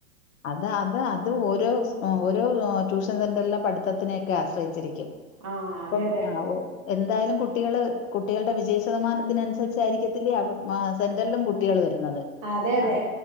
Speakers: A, on the left; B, on the right.
A: അത് അത് അത് ഓരോസ് ഓരോ ട്യൂഷൻ സെന്ററിലെ പട്ത്തത്തിനൊക്കെ ആശ്രയിച്ചിരിക്കും
B: ആ
A: ഇപ്പം
B: അതെ അതെ
A: അ ഒ എന്തായാലും കുട്ടികള് കുട്ടികളുടെ വിജയ ശതമാനത്തിന് അനുസരിച്ചായിരിക്കത്തില്ലേ അവ് ആ സെൻ്ററിലും കുട്ടികള് വരുന്നത്
B: അതെതെ
A: ആ,